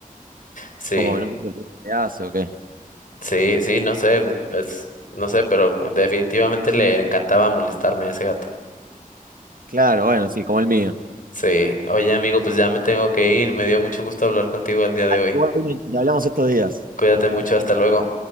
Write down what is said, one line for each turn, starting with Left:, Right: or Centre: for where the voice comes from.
Left: Sí,
Right: Como que no sé si el ruido que hace o qué.
Left: sí, sí, no sé, pues, no sé, pero definitivamente le encantaba molestarme a ese gato.
Right: Claro, bueno, sí, como el mío.
Left: Sí, oye amigo, pues ya me tengo que ir, me dio mucho gusto hablar contigo el día de hoy.
Right: Igualmente, hablamos estos días.
Left: Cuídate mucho, hasta luego.